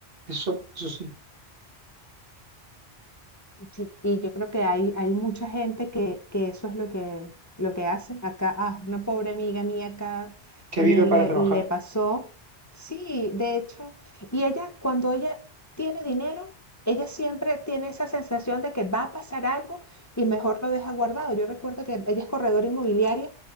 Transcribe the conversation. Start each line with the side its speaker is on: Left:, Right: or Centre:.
Right: eso, eso sí,
Left: Sí, y yo creo que hay, hay mucha gente que, que eso es lo que, lo que hace. Acá, ah, una pobre amiga mía acá
Right: que
Left: también
Right: vive para
Left: le,
Right: trabajar.
Left: le pasó. Sí, de hecho, y ella, cuando ella tiene dinero, ella siempre tiene esa sensación de que va a pasar algo y mejor lo deja guardado. Yo recuerdo que ella es corredora inmobiliaria